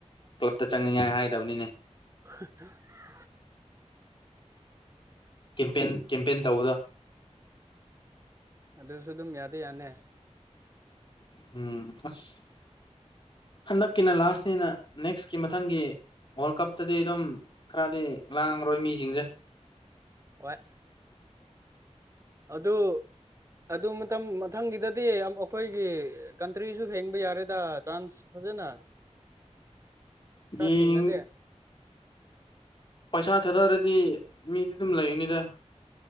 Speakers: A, on the left; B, on the right.
A: ꯀ꯭ꯂꯞꯇ ꯆꯪꯅꯤꯡꯉꯥꯏ ꯍꯥꯏꯗꯕꯅꯤꯅꯦ
B: <unintelligible>
A: ꯀꯦꯝꯄꯦꯟ ꯀꯦꯝꯄꯦꯟ ꯇꯧꯕꯗꯣ
B: ꯑꯗꯨꯁꯨ ꯑꯗꯨꯝ ꯌꯥꯗꯦ ꯌꯥꯅꯦ
A: ꯎꯝ ꯑꯁ ꯍꯟꯗꯛꯀꯤꯅ ꯂꯥꯁꯅꯤꯅ ꯅꯦꯛꯁꯀꯤ ꯃꯊꯪꯒꯤ ꯋꯥꯔꯜ ꯀꯞꯇꯗꯤ ꯑꯗꯨꯝ ꯈꯔꯗꯤ ꯂꯥꯡ ꯍꯣꯏ ꯃꯤꯖꯤꯡꯖꯦ
B: ꯍꯣꯏ ꯑꯗꯨ ꯑꯗꯨ ꯃꯇꯝ ꯃꯊꯪꯒꯤꯗꯗꯤ ꯑꯩꯈꯣꯏꯒꯤ ꯀꯟꯇ꯭ꯔꯤꯁꯨ ꯍꯦꯡꯕ ꯌꯥꯔꯦꯗ ꯆꯥꯟꯁ ꯐꯖꯅ ꯈꯔ
A: ꯌꯦꯡ
B: ꯁꯤꯡꯉꯗꯦ
A: ꯄꯩꯁꯥ ꯊꯥꯗꯔꯗꯤ ꯃꯤꯗꯤ ꯑꯗꯨꯝ ꯂꯩꯅꯤꯗ